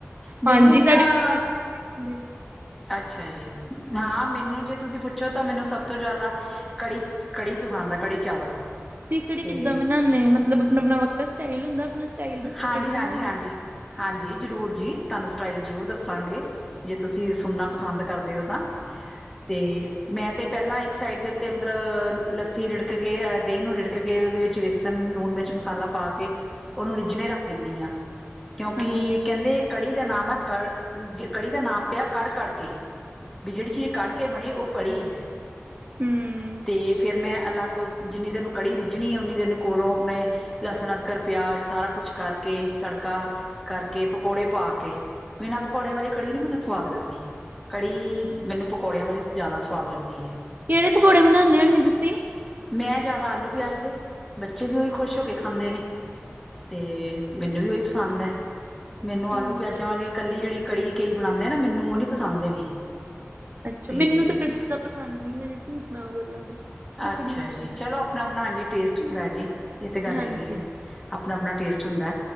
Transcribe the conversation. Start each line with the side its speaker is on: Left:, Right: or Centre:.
Centre: ਮੈਨੂੰ
Right: ਹਾਂਜੀ ਸਾਡੇ
Centre: ਤਾਂ
Right: ਪਰਿਵਾਰ ਚ ਸਾਰੇ ਖਾਂਦੇ।
Centre: ਅੱਛਾ ਜੀ, ਹਾਂ ਮੈਨੂੰ ਜੇ ਤੁਸੀਂ ਪੁੱਛੋ ਤਾਂ ਮੈਨੂੰ ਸਬ ਤੋਂ ਜ਼ਾਦਾ ਕੜੀ-ਕੜੀ ਪਸੰਦ ਐ ਕੜੀ ਚਾਵਲ।
Right: ਤੁਸੀ ਕੜੀ
Centre: ਤੇ
Right: ਕਿੱਦਾਂ ਬਣਾਦੇ ਮਤਲਬ ਆਪਣਾ ਆਪਣਾ ਵੱਖਰਾ ਸਟਾਈਲ ਹੁੰਦਾ ਆਪਣਾ ਸਟਾਈਲ ਦੱਸੋ
Centre: ਹਾਂਜੀ
Right: ਕੜੀ ਬਣਾਉਣ
Centre: ਹਾਂਜੀ ਹਾਂਜੀ ਹਾਂਜੀ ਜ਼ਰੂਰ ਜੀ ਤੁਹਾਨੂੰ ਸਟਾਈਲ ਜ਼ਰੂਰ ਦੱਸਾਂਗੇ ਜੇ ਤੁਸੀਂ ਸੁਣਨਾ ਪਸੰਦ ਕਰਦੇ ਹੋ ਤਾਂ ਤੇ ਮੈਂ, ਤੇ ਪਹਿਲਾਂ ਇੱਕ ਸਾਈਡ ਦੇ ਉੱਤੇ ਮਤਲਬ ਲੱਸੀ ਰਿੜਕ ਕੇ ਅਹ ਦਹੀਂ ਨੂੰ ਰਿੜਕ ਕੇ ਉਹਦੇ ਵਿੱਚ ਵੇਸ, ਲਸਣ ਲੂਣ ਮਿਰਚ ਮਸਾਲਾ ਪਾ ਕੇ ਉਹਨੂੰ ਰਿੱਝਣੇ ਰੱਖ ਦਿੰਦੀ ਆਾਂ ਕਿਉਂਕਿ
Right: ਹਾਂਜੀ-ਹਾਂਜੀ-ਹਾਂਜੀ
Centre: ਕਹਿੰਦੇ ਕੜੀ ਦਾ ਨਾਮ, ਹੈ ਕ ਕੜੀ ਦਾ ਨਾਮ ਪਿਆ ਕੜ ਕੜ ਕੇ ਬਿਜੇੜੀ ਚੀਜ਼ ਕੱੜ ਕੇ ਕੇ ਬਣੇ ਉਹ ਕੜੀ ਹੈ,
Right: ਹਮ <unintelligible>
Centre: ਅਤੇ ਫਿਰ ਮੈਂ ਅਲੱ, ਗ ਉਸ ਜਿੰਨੀ ਦੇਨ ਕੜੀ ਰਿੱਝਣੀ ਹੈ ਉਨੀ ਦੇਨ ਕੋਲੋਂ ਆਪਣੇ ਲਸਣ ਅਦਕਰ ਪਿਆਜ ਸਾਰਾ ਕੁਛ ਕਰਕੇ ਤੜਕਾ ਕਰਕੇ ਪਕੌੜੇ ਪਾ ਕੇ, ਬੀਣਾ ਪਕੌੜਿਆਂ ਵਾਲੀ ਕੜੀ ਨੀ ਮੈਨੂੰ ਸਵਾਦ ਲੱਗਦੀ, ਕੜੀ ਮੈਨੂੰ ਪਕੌੜਿਆਂ ਵਾਲੀ ਜ਼ਿਆਦਾ ਸਵਾਦ ਲੱਗਦੀ ਹੈ,
Right: ਕਿਹੜੇ ਪਕੌੜੇ ਬਣਾਉਦੇ ਹੁੰਦੇ ਤੁਸੀਂ,
Centre: ਮੈਂ ਜ਼ਿਆਦਾ ਆਲੂ ਪਿਆਜ ਦੇ ਬੱਚੇ ਵੀ ਉਹੀ ਖੁਸ਼ ਹੋ ਕੇ ਖਾਂਦੇ ਨੇ, ਤੇ ਮੈਨੂੰ ਵੀ ਉਹੀ ਪਸੰਦ ਹੈ ਮੈਨੂੰ ਆਲੂ
Right: ਅੱਛਾ
Centre: ਪਿਆਜ਼ਾਂ ਵਾਲੇ, ਕੱਲੀ, ਜਿਹੜੀ ਕੜੀ ਕਈ ਬਣਾਉਂਦੇ ਨਾ ਮੈਨੂੰ ਉਹ ਨੀ ਪਸੰਦ ਹੈਗੀ
Right: ਅੱਛਾ
Centre: ਅਤੇ
Right: ਮੈਨੂੰ ਤਾਂ ਕੜੀ ਜਿਆਦਾ ਪਸੰਦ ਨ ਮੈਂ ਝੂਠ ਨਾ ਬੋਲਾਂ ਕੀ
Centre: ਅੱਛਾ ਜੀ
Right: <unintelligible>
Centre: ਚਲੋ
Right: <unintelligible>
Centre: ਆਪਣਾ ਆਪਣਾ ਹਾਂਜੀ ਟੇਸਟ ਹੁੰ, ਦਾ ਜੀ ਇਹ ਤੇ ਗੱਲ
Right: ਹਾਂਜੀ
Centre: ਹੈਗੀ ਹੈ ਆਪਣਾ ਆਪਣਾ ਟੇਸਟ ਹੁੰਦਾ